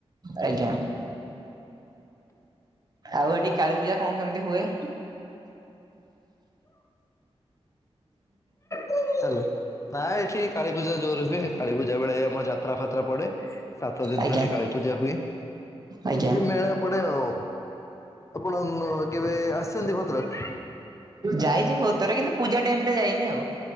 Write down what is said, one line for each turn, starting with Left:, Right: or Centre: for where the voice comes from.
Right: ଆଜ୍ଞା। ଆଉ ଏଠି କାଳୀ ପୂଜା କଣ କେମିତି ହୁଏ?
Left: ହାଲୋ ପ୍ରାୟ ଏଠି କାଳୀପୂଜା ଜୋର ହୁଏ। କାଳୀପୂଜା ବେଳେ ଆମର ଯାତ୍ରା ଫାତ୍ରା ପଡେ ସାତ ଦିନ
Right: ଆଜ୍ଞା
Left: ଧରି କାଳୀ ପୂଜା ହୁଏ।
Right: ଆଜ୍ଞା
Left: ଏଠି ମେଳ ଏପଟେ ଆଉ ଆପଣ କେବେ ଆସିଛନ୍ତି ଭଦ୍ରକ?
Right: ଯାଇଛି ବହୁତ ଥର କିନ୍ତୁ ପୂଜା ଟାଇମ ରେ ଯାଇନି ଆଉ